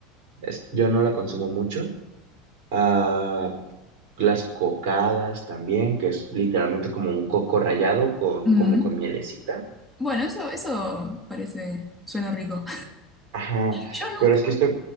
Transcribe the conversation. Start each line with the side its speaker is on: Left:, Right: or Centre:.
Right: Es- yo no la consumo mucho. Ah, las cocadas también, que es literalmente como un coco rallado con,
Centre: Mm.
Right: como con mielecita.
Centre: Bueno, eso, eso parece, suena rico.
Right: Ajá,
Centre: Yo nunca,
Right: pero es que estoy,